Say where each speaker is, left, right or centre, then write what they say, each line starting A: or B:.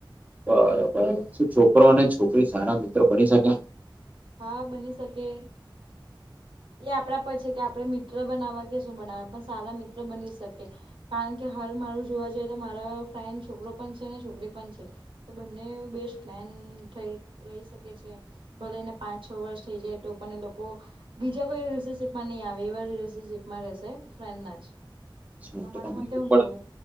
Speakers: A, on the right; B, on the right.
A: બરોબર છે. છોકરો અને છોકરી સારા મિત્રો બની શકે.
B: હા બની શકે. એ આપણા પર છે કે, આપડણે મિત્ર બનાવવા કે શું બનાવવા પણ સારા મિત્ર બની શકે. કારણ કે હાલ મારું જોવા જઈએ તો મારા ફ્રેન્ડ છોકરો પણ છે ને છોકરી પણ છે. તો બંને બેસ્ટ ફન થઈ રહી શકે છે, ભલે. પાંચ છ વર્ષ થઈ જાય તો પણ એ લોકો. બીજા કોઈ રિલેશનશીપમાં નહીં આવે, એવા રલેશનશીપમાં રહેશે ફ્રેન્ડના જ.
A: અચ્છા,
B: તમારા
A: તો તમને
B: મતે
A: કોઈ
B: હું કેવું.